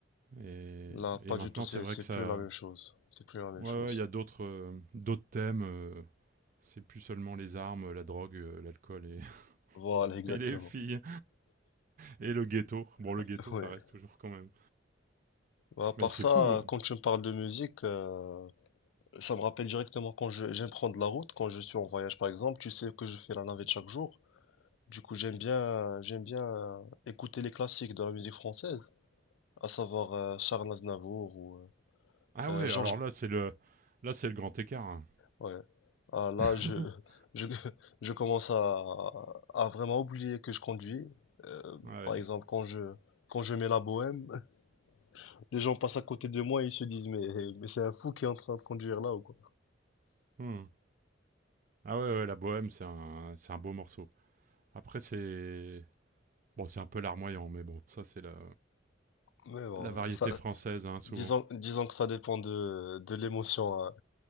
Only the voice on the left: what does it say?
Là, pas
du tout, c'est,
c'est
plus la même chose. C'est plus la même
chose.
Voilà, exactement.
<laughs>
Ouais.
Bah, à part
ça,
euh,
quand tu me parles de musique, euh, ça me rappelle directement quand je, j'aime prendre la route, quand je suis en voyage, par exemple. Tu sais que je fais la navette chaque jour. Du coup, j'aime bien, j'aime bien euh, écouter les classiques de la musique française, à savoir euh, Charles Aznavour ou euh,
euh,
Georges
Ouais. Ah, là,
je, je, <laughs> je commence à, à vraiment oublier que je conduis. Euh,
par exemple, quand je, quand je mets la bohème, <laughs> les gens passent à côté de moi et ils se disent, mais, mais c'est un fou qui est en train de conduire là ou quoi.
Mais bon,
ça,
disons, disons que ça dépend de, de l'émotion, hein,